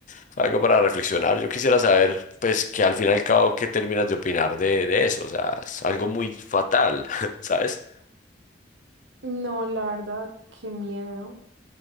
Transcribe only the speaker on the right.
No, la verdad, qué miedo.